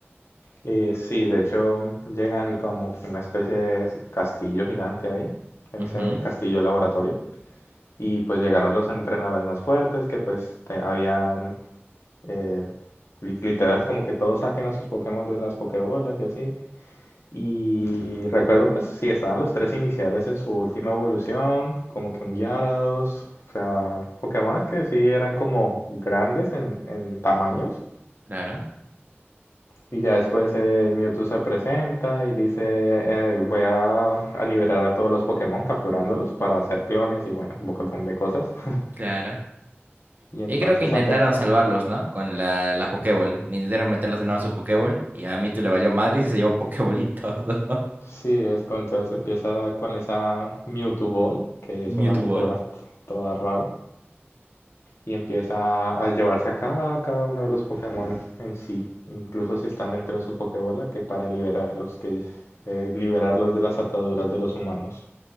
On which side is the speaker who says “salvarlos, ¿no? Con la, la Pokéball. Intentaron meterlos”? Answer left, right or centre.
Right